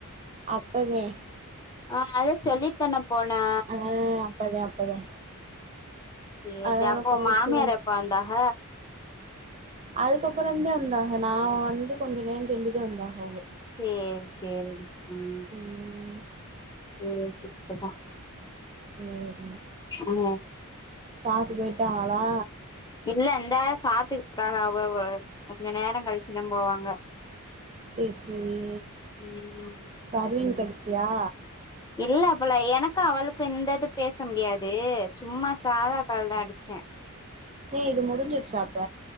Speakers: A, on the right (about 30°); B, on the left (about 20°).
A: அப்பதே
B: ஆஹ் அத சொல்லிட்டு தானே போனா
A: ஆ அப்பதே அப்பதே
B: சேரி
A: அதோட
B: அப்போ
A: போயிட்டு
B: ஓ மாமியார்
A: வந்து
B: எப்ப வந்தாஹ
A: அதுக்கப்பறந்தே வந்தாக நா வந்து கொஞ்ச நேரோ சென்டுதா வந்தாக
B: சேரி சேரிடி ம்
A: ம்
B: சேரி ஷ்அப்பா
A: சேரி
B: ம்
A: சாப்டு போயிட்டாகளா
B: இல்ல இந்த சாப்டுட்ருக்காக அவ அவு கொஞ்சோ நேரோ கழிச்சுதா போவாங்க
A: செரி செரி
B: ம்
A: பர்வீன்க்கு
B: ம்
A: அடிச்சியா
B: இல்ல அப் ல போலா எனக்கு அவளுக்கு இந்த இது பேச முடியாது சும்மா சாதாக்கால் தா அடிச்சே
A: ஏ இது முடிஞ்சிருச்சா அப்ப